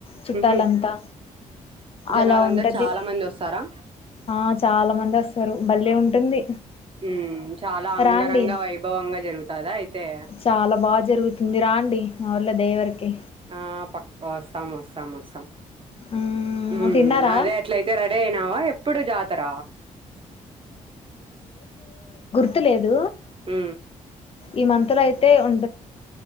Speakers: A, on the left; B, on the right.
A: చుట్టాలంతా
B: మ్ హు జనాలందరు
A: అలా ఉంటది
B: చాలా మంది వస్తారా
A: ఆ చాలా మంది వస్తారు బళ్లే ఉంటుంది
B: మ్ చాలా అంగరంగా
A: రాండి
B: వైభవంగా జరుగుతదా అయితే
A: చాలా బాగా జరుగుతుంది రండి మాఊళ్ళ దేవరికి
B: ఆ పక్క వస్తాం వస్తాం వస్తాం
A: మ్మ్
B: మ్
A: తిన్నారా
B: అదే అట్లయితే రెడీ అయినావా ఎప్పుడు జాతర
A: ర్తులేదు
B: మ్
A: ఈ మంతులయితే ఉం